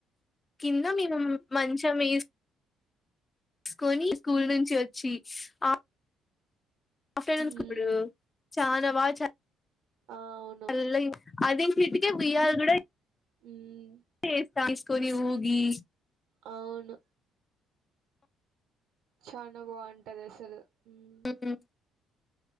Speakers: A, on the left; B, on the right.
A: కింద మేము మంచ మీ స్కొని స్కూల్ నుంచి వచ్చి ఆ ఆఫ్టర్నూన్స్
B: మ్మ్
A: కూడా చానా బాగా చ
B: ఆ, అవును
A: చల్లగా అదే కిటికీ ఉయ్యాల కూడా
B: ఉమ్
A: చేస్తాం యేస్కొని ఊగి
B: అవును చానా బాగుంటది అసలు మ్మ్
A: ఉమ్